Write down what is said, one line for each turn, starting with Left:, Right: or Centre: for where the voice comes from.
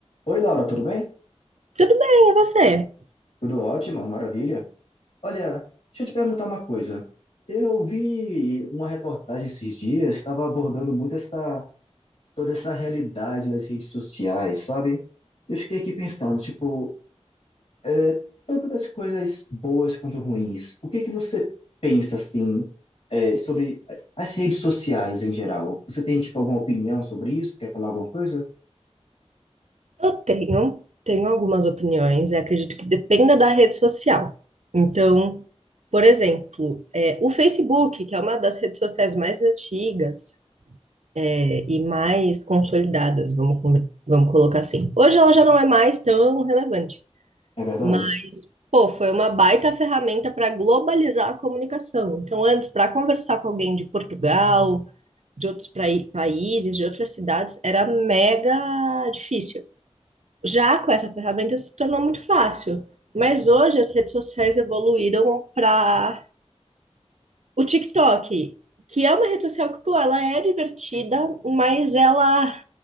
Left: Oi, Laura, tudo bem?
Right: Tudo bem, e você?
Left: Tudo ótimo, maravilha. Olha, deixa eu te perguntar uma coisa. Eu vi uma reportagem esses dias, estava abordando muito essa, toda essa realidade das redes sociais, sabe? Eu fiquei aqui pensando, tipo, é, tanto das coisas boas quanto ruins. O que que você pensa, assim, é, sobre as as redes sociais em geral? Você tem, tipo, alguma opinião sobre isso? Quer falar alguma coisa?
Right: Eu tenho, tenho algumas opiniões e acredito que dependa da rede social. Então, por exemplo, é, o Facebook, que é uma das redes sociais mais antigas, é, e mais consolidadas, vamos, con- vamos colocar assim. Hoje ela já não é mais tão relevante,
Left: É verdade?
Right: mas, pô, foi uma baita ferramenta para globalizar a comunicação. Então, antes, para conversar com alguém de Portugal, de outros prai- países, de outras cidades, era mega difícil. Já com essa ferramenta se tornou muito fácil. Mas hoje as redes sociais evoluíram para o TikTok, que é uma rede social que, pô, ela é divertida, mas ela